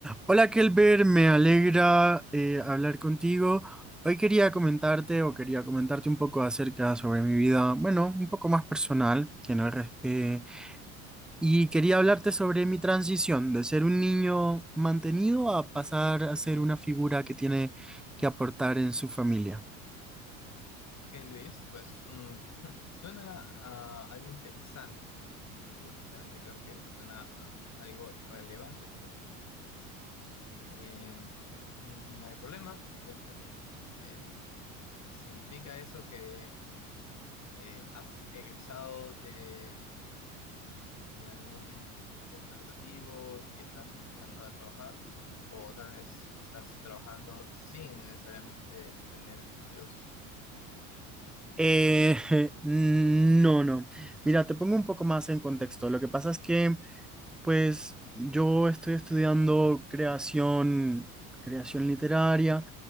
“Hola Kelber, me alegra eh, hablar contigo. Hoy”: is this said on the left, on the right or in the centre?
Centre